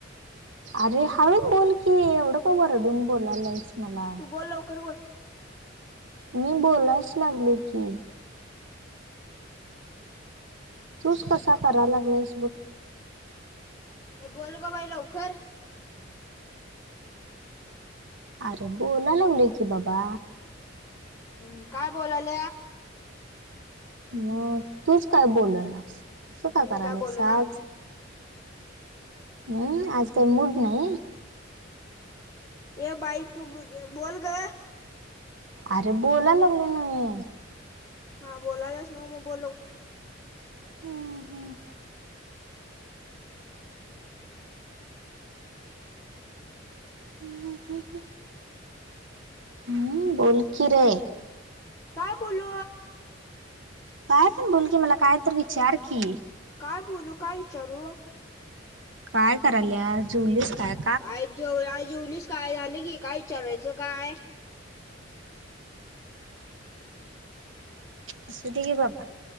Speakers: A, on the right; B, on the left.
A: अरे हळू बोल की एवढं का वरडून बोलायलायस मला.
B: तू बोल लवकर बोल.
A: मी बोलायच लागलो की. तूस कसा कराय लागलास बग.
B: ये बोल ग बाई लवकर.
A: अरे बोलाला लागलू की बाबा.
B: हम् काय बोलाल?
A: मग तूच काय बोल नास असं
B: हम्म
A: काय करायलाय
B: बोल ना
A: आज? हम्म आज काही मूड नाही.
B: ये भाई तू बोल ग.
A: अरे बोला लागलं नव्हे.
B: हा बोलालोस नव्ह म बोल लवकर.
A: हम्म हम्म. <unintelligible> हम्म बोल की रे.
B: काय बोलू?
A: काय पण बोल की मला काय तर विचार की?
B: काय बोलू काय विचारू?
A: काय करायल्या जुवलीस का.
B: काय जेव आ जेवलीस काय झालं की काय विचारायचं काय.
A: असू दे घे बाबा